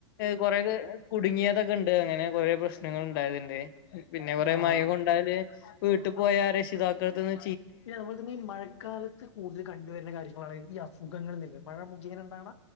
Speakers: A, on the left; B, on the left.
A: കൊറേക്കേ കുടുങ്ങിയതൊക്കേണ്ട് അങ്ങനെ കൊറേ പ്രശ്നങ്ങൾ ഉണ്ടായത്ണ്ട്. പിന്ന കൊറേ
B: ആഹ്
A: മയ കൊണ്ടാല് വീട്ട്പോയാ രക്ഷിതാക്കള്ട്ത്ത്ന്ന്
B: പിന്നെ നമ്മള് ഇതന്നി മഴക്കാലത്ത് കൂടുതല് കണ്ടുവരുന്ന കാര്യങ്ങളാണ് ഈ അസുഖങ്ങൾന്നില്ലേ? മഴ ങ്ങനേണ്ടാവണ